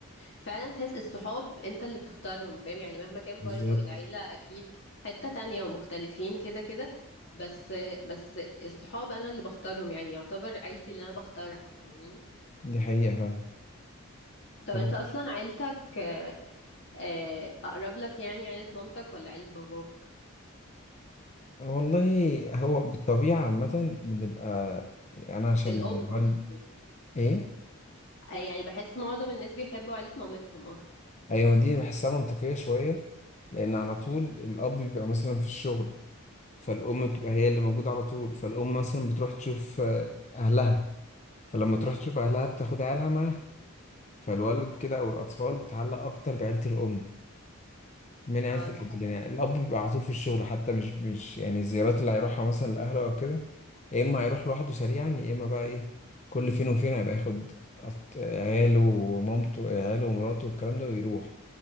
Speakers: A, on the left; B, on the left.
A: فعلا تحس الصحاب انت اللي بتختارهم فاهم يعني مهما كان
B: بالظبط
A: برضو العيلة اكيد حتة تانية ومختلفين كده كده بس بس الصحاب انا اللي بختارهم يعني يعتبر عيلتي اللي انا بختارها فاهمني
B: دي حقيقه
A: طب
B: فعلا
A: انت اصلا عيلتك آه، آه، اقرب لك يعني عيلة مامتك ولا عيلة باباك
B: والله هو بالطبيعة عامة بنبقى أنا عشان
A: الام على
B: والد
A: طول
B: إيه
A: آه، يعني بحس معظم الناس بيحبوا عيلة مامتهم اكتر
B: أيوة دي بحسها منطقية شوية لأن على طول الأب بيبقى مثلا في الشغل فالأم بتبقى هي اللي موجودة على طول فالأم مثلا بتروح تشوف آه، أهلها فلما تروح
A: ايوه
B: تشوف أهلها بتاخد عيالها معاها فالولد كده أو الأطفال بتتعلق أكتر بعيلة الأم من عيلة
A: اه
B: الأب
A: دي حقيقة
B: لأن يعني الأب بيبقى على طول في الشغل حتى مش مش يعني الزيارات اللي هيروحها مثلا لأهله أو كده يا إما هيروح لوحده سريعا يا إما بقى إيه كل فين وفين هيبقى ياخد أط- عياله ومامته عياله ومراته والكلام ده ويروح